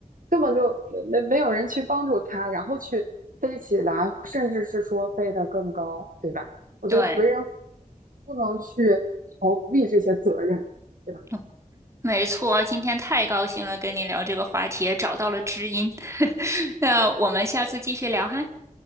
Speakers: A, on the right; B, on the right.
A: 根本就没没有人去帮助它，然后去飞起来，甚至是说飞得更高，对吧？我觉得为人父
B: 对，
A: 不能去逃避这些责任，对吧？
B: 嗯没错。今天太高兴了，跟你聊这个话题，也找到了知音。<laughs> 那我们下次继续聊哈。